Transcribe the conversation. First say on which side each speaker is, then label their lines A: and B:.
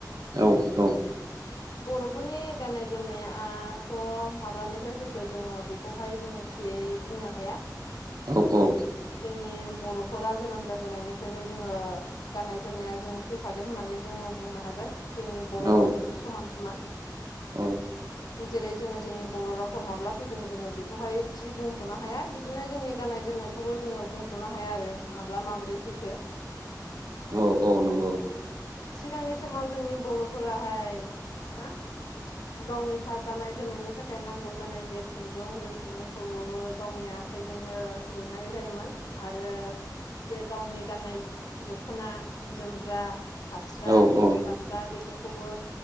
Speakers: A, on the right; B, on the left.
A: औ औ
B: बर'फोरनि गाननाय जोमनाय आथ' माब्लानिफ्राय फैखो जोङो बे ब'हाय जोङो थियै बुंनो हाया
A: औ औ
B: जोंनि बर'फोरा जोनोम जाजेननायनिफ्रायनो जोङो गाननाय जोमनाया जों फैफादों होननानै जोंङो बुंनो हागोन जोंनि बर'
A: औ
B: रावजोंनो समान समान
A: औ
B: जेरै जोङो जोंनि बर' रावखौ माब्ला फैदों जोङो बेखौहाय थि बुंस'नो हाया बिदिनो जोंनि गाननाय जोमनाय खौबो जोङो बुंस'नो हाया आरो माब्ला माबोरै फैखो
A: औ औ नंगौ
B: सिगांनि समाव जोंनि बर'फोराहाय मा गावनिथा गाननाय जोमनायनि थाखाय नांगौ जानाय जे खुन्दुं बे खुन्दुंखौबो गावनि आ खाइजोंनो लुनाय जायोमोन आरो जे गावनि गाननाय दख'ना जोमग्रा हास्रा
A: औ औ
B: दा बेफोरखौबो